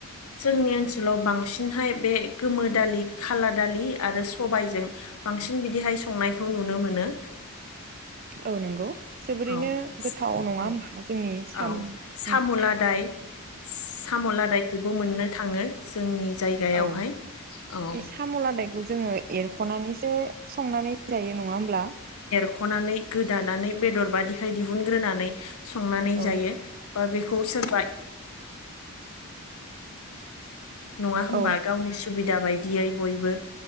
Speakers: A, on the left; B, on the right.
A: जोंनि ओनसोलाव बांसिन हाय बे गोमोन दालि खाला दालि आरो सबायजों बांसिन बिदिहाय संनायखौ नुनो मोनो।
B: औ नंगौ जोबोरैनो
A: औ
B: गोथाव नङा
A: औ
B: होमब्ला जोंनि साम'
A: औ
B: ओंख्रिया
A: साम' लादाय साम' लादायखौबो मोननो थाङो जोंनि जायगायावहाय
B: औ
A: औ
B: बे साम' लादायखौ जोङो एरख'नानैसो संनानै जायो नङा होमब्ला।
A: सख'नानै गोदानानै बेदर बादिखाय दिहुनग्रोनानै संनानै
B: औ
A: जायो। बा बेखौ सोर। नङा होनोमबा
B: औ
A: गावनि सुबिदा बायदियै बयबो